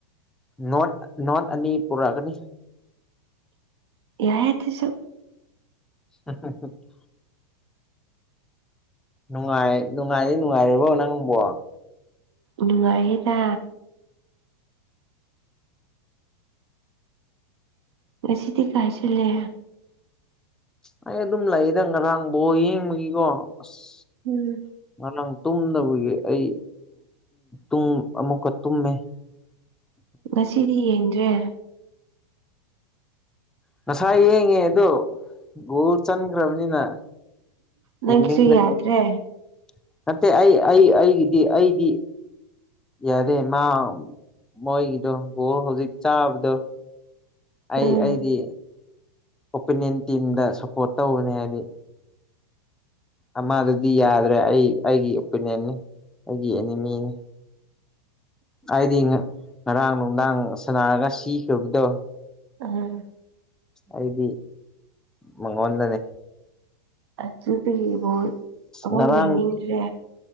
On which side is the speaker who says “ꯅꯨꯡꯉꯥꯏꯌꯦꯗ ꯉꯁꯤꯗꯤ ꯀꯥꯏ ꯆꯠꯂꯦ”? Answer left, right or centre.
Right